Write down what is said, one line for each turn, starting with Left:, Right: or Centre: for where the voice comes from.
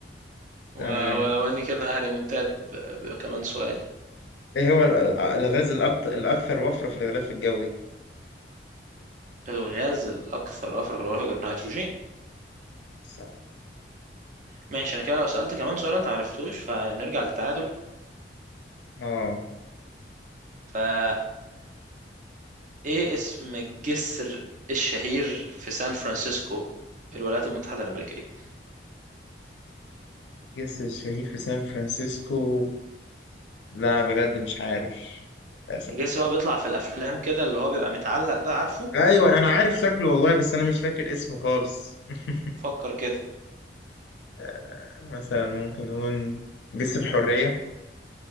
Left: <laughs> تمام
Right: و... ولو اني كده هريمونتاد ب... ب... كمان سؤال
Left: ايه هو ال- آه، الغاز الأكت... الاكثر وفرة في الغلاف الجوي
Right: الغاز الاكثر وفرة في الغلاف النيتروجين
Left: صح.
Right: ماشي انا كده لو سألت كمان سؤال انت معرفتوش فنرجع للتعادل
Left: اه
Right: فايه اسم الجسر الشهير في سان فرانسيسكو الولايات المتحدة الأمريكية
Left: جسر الشهيد في سان فرانسيسكو لا بجد مش عارف للاسف
Right: جيسي هو بيطلع في الافلام كده اللي هو بيبقى متعلق ده عارفه
Left: ايوه انا عارف شكله والله بس انا مش فاكر اسمه خالص <laughs>
Right: فكر كده
Left: آه، مثلا ممكن نقول جسر الحرية